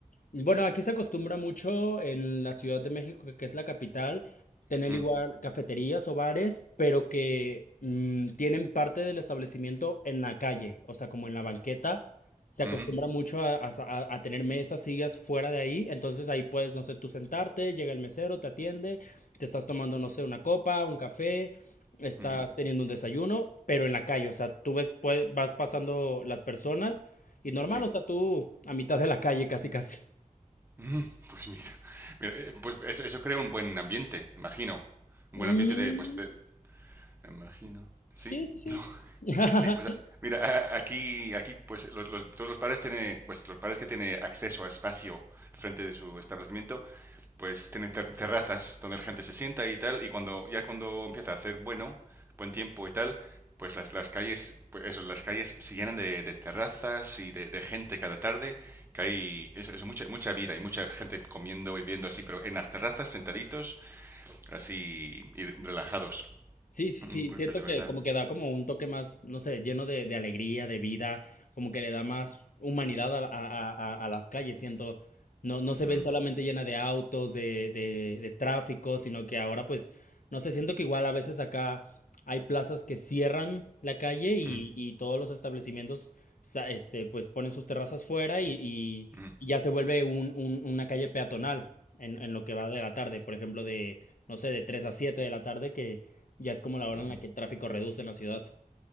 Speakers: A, on the left; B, on the right.
A: Bueno, aquí se acostumbra mucho en la Ciudad de México, que es la capital, tener
B: Mm,
A: igual cafeterías o bares, pero que mm, tienen parte del establecimiento en la calle, o sea, como en la banqueta. Se
B: ujú,
A: acostumbra mucho a, a sa- a- a tener mesas, sillas fuera de ahí, entonces ahí puedes, no sé, tú sentarte, llega el mesero, te atiende, te estás tomando, no sé, una copa, un café, estás
B: ujú,
A: teniendo un desayuno, pero en la calle, o sea, tú ves, pues, vas pasando las personas y normal,
B: sí.
A: o sea, tú a mitad de la calle casi casi.
B: Ujú, <laughs> Pues mira, mira, eh, pues eso, eso crea un buen ambiente, imagino. Un
A: Mm,
B: buen ambiente de, pues, de- imagino. Sí,
A: sí, sí, sí.
B: no. <laughs>
A: <laughs>
B: Sí, pues a- mira, a- a- aquí, aquí, pues los, los- todos los bares tienen, pues los bares que tienen acceso a espacio frente de su establecimiento pues tienen ter- terrazas donde la gente se sienta y tal, y cuando ya cuando empieza a hacer bueno, buen tiempo y tal, pues las, las calles, pues eso, las calles se llenan de, de terrazas y de, de gente cada tarde, que hay eso, eso, mucha, mucha vida y mucha gente comiendo y viendo así, pero en las terrazas sentaditos, así y relajados.
A: Sí, sí,
B: Mm,
A: sí,
B: Pues,
A: siento
B: pues de verdad.
A: que como que da como un toque más, no sé, lleno de, de alegría, de vida, como que le da más humanidad a, a- a- a las calles, siento, no, no se
B: Mm,
A: ven solamente llena de autos, de, de, de tráfico, sino que ahora pues, no sé, siento que igual a veces acá hay plazas que cierran la calle y,
B: mm,
A: y todos los establecimientos, sa- este, pues ponen sus terrazas fuera y, y-
B: mm,
A: y ya se vuelve un, un- una calle peatonal en, en lo que va de la tarde, por ejemplo, de, no sé, de 3 a 7 de la tarde que ya es como la hora
B: ujú.
A: en la que el tráfico reduce en la ciudad.